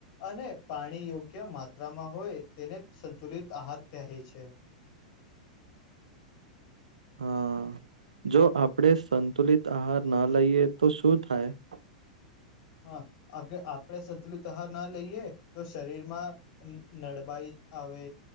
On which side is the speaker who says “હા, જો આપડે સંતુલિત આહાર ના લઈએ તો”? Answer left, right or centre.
Right